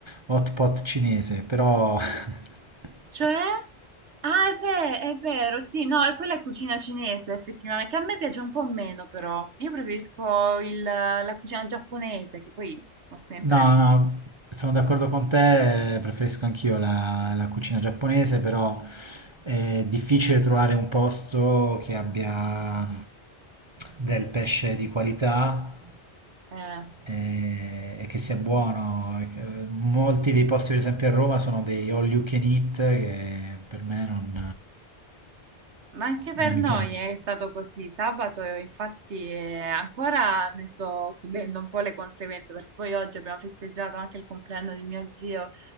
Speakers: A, on the right (about 30°); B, on the right (about 90°).
A: hot pot cinese, però <laughs>
B: Cioè? Ah, è ve- è vero, sì, no, e quella è cucina cinese, effettivamente, che a me piace un po' meno, però. Io preferisco il- la cucina giapponese, che poi sono sempre...
A: No, no, sono d'accordo con te, eh, preferisco anch'io la, la cucina giapponese, però è difficile trovare un posto che abbia del pesce di qualità
B: eh,
A: eh, e che sia buono. E che- Molti dei posti, per esempio a Roma, sono dei all you can eat che per me non,
B: ma anche per
A: non mi
B: noi
A: piacciono.
B: è stato così. Sabato, eh, infatti, eh, ancora ne sto subendo un po' le conseguenze, perché poi oggi abbiamo festeggiato anche il compleanno di mio zio